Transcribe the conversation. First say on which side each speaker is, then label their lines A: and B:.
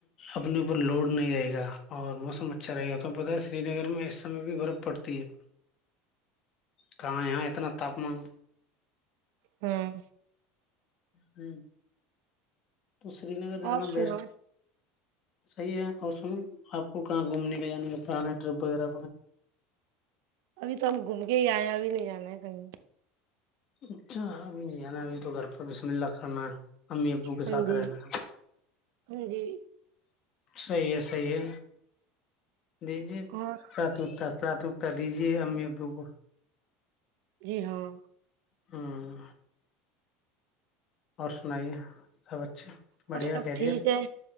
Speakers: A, on the left; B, on the right.
A: اپنے اوپر لوڈ نہیں رہے گا اور موسم اچھا رہے گا ت پت ہے سری نگر میں اس سمے بھی برف پڑتی ہے کہاں یہاں اتنا تاپمان
B: ھمم
A: ھمم تو سری نگر جانا
B: اور
A: بیسٹ
B: سناؤ
A: صحیح ہے اور سن آپ کو کہاں گھومنے کا جانے کا پرانے ٹرپ وغیرہ
B: ابھی تو ہم گھوم کے ہی آئے ابھی نہیں جانا ہے کہیں
A: اچھا اب نہیں جان گھر پر بسم اللہ کرنا ہے امی ابو کے
B: ہاں
A: ساتھ
B: جی
A: رہنا ہے
B: ہاں جی
A: صحی ہے صحیح ہے نیمکتامکتا
B: اور
A: دیجیے امی بالک
B: جی ہاں
A: ہاں اور سنائیے سب اچھا بڑھیا
B: اور سب
A: کیریر
B: ٹھیک ہے